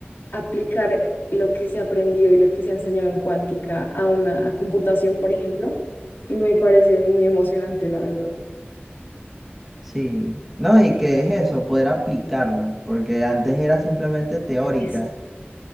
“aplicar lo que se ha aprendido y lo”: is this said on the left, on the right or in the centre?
Left